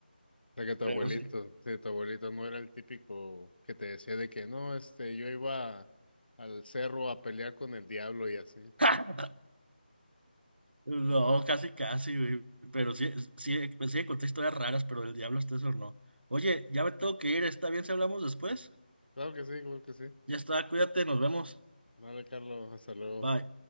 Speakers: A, on the left; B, on the right.
A: O sea que tu
B: pero
A: abuelito,
B: sí.
A: sí, tu abuelito no era el típico que te decía de que no, este, yo iba al cerro a pelear con el diablo y así.
B: <laughs> No, casi, casi, güey. Pero sí, sí, sí conté historias raras, pero el diablo hasta eso no. Oye, ya me tengo que ir, ¿está bien si hablamos después?
A: Claro que sí, claro que sí.
B: Ya está, cuídate, nos vemos.
A: Vale, Carlos, hasta luego.
B: Bye.